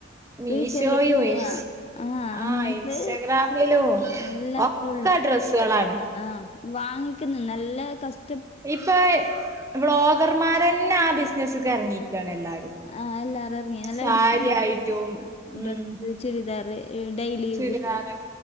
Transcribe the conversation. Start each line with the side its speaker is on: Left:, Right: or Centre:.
Right: മീഷോയു
Left: റീസെല്ലിങ്
Right: ഇൻസ്
Left: ആഹ് അങ്ങനത്തെ
Right: ആഹ് ഇൻസ്റ്റഗ്രാമിലും
Left: എല്ലാത്തിലും
Right: ഒക്കെ
Left: ഉള്ളു.
Right: ഡ്രസ്സുകളാണ്
Left: ആഹ് വാങ്ങിക്കിന്ന് നല്ല കസ്
Right: ഇപ്പൊ ബ്ലോഗർമാര് തന്നെ ആഹ് ബിസിനസ്ക്കെ എറങ്ങിരിക്കയാണ് എല്ലാരും
Left: ആഹ് എല്ലാരും ഇറങ്ങി നല്ല
Right: സാരി
Left: എടുക്കാ തന്നെ
Right: ആയിട്ടും ഉം
Left: ഡ്രസ്സ് ചുരിദാറ് ഈ ഡൈലി യൂസിന്
Right: ചുരിദാറ്